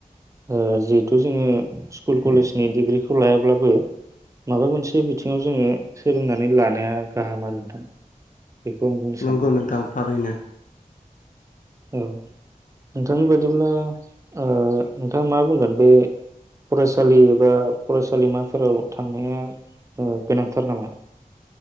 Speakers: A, on the right (about 20°); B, on the left (about 65°).
A: ओह जिहेथु जोङो स्कुल कलेजनि डिग्रिखौ लायाब्लाबो माबा मोनसे बिथिङाव जोङो सोलोंनानै लानाया गाहाम आरो नोंथां बेखौ आं बुंनो सानो
B: नंगौ नोंथां थारैनो
A: औ नोंथांनि बादिब्ला ओह नोंथाङा मा बुंगोन बै फरायसालि एबा फरायसालिमाफोराव फोर नामा